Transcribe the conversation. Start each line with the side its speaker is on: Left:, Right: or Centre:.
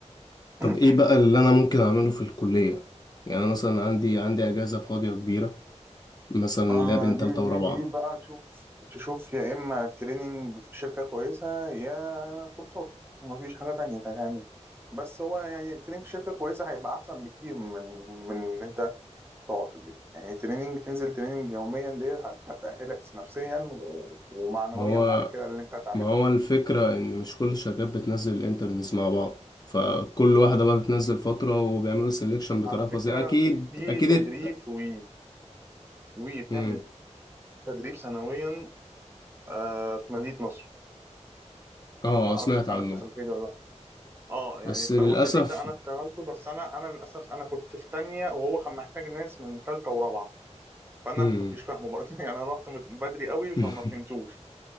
Left: طب
Right: <clears throat>
Left: ايه بقى اللي انا ممكن اعمله في الكلية يعني انا مثلا عندي عندي اجازة فاضية كبيرة مثلا اللي
Right: آه
Left: هي بين
Right: دي
Left: تالتة
Right: دي
Left: ورابعة
Right: دي بقى تشوف تشوف يا إما تريننج في شركة كويسة يا كورسات مفيش حاجة تانية تعمل بس هو يعني تريننج في شركة كويسة هيبقى أحسن بكتير من من إن أنت تقعد في البيت يعني تريننج تنزل تريننج يوميا ديت هت- هتأهلك نفسيا و- ومعنويا
Left: هو
Right: بعد كده اللي انت هتعمله
Left: ما هو الفكرة إن مش كل الشركات بتنزل الانترنز مع بعض فكل واحدة بقى بتنزل فترة وبيعملوا سيلكشن بطريقة
Right: على فكرة
Left: فظيعة أكيد
Right: في
Left: أكيد
Right: تدريب
Left: الت-
Right: في وي وي بتعمل
Left: مم.
Right: تدريب سنويا آه، في مدينة نصر
Left: آه
Right: ما اعرفش
Left: سمعت
Right: انت
Left: عنه
Right: عندك الخلفية دي ولا لا اه يعني
Left: بس للأسف
Right: بقى والتدريب ده انا اشتغلته بس انا انا للاسف انا كنت في تانية وهو كان محتاج ناس من تالتة ورابعة فانا
Left: مم.
Right: ما كنتش فاهمه برضه <laughs> يعني انا رحت مت- بدري قوي
Left: <laughs>
Right: فما فهمتوش